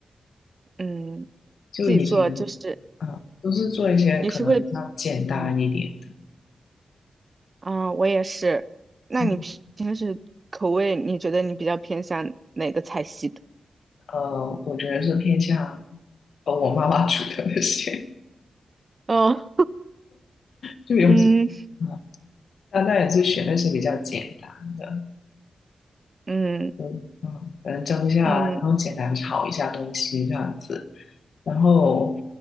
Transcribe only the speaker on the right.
嗯，
自己做就是
你是会，嗯，啊，我也是，那你平平时口味你觉得你比较偏向哪个菜系的？
哦，
<laughs> 嗯
嗯
嗯，